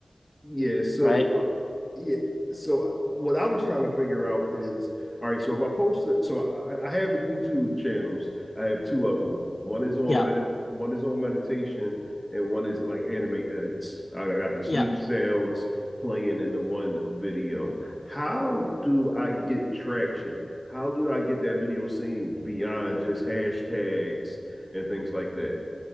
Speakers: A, in the centre; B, on the left.
A: Yeah, so
B: right?
A: uh, yeah, so uh, what I was trying to figure out is, all right, so if I post it, so I, I have a YouTube channels. I have two of them. One is on
B: Yeah.
A: medit, one is on meditation, and one is like anime edits. I I got the sleep
B: Yeah.
A: sounds playing in the one video. How do I get traction? How do I get that video seen beyond just hashtags and things like that?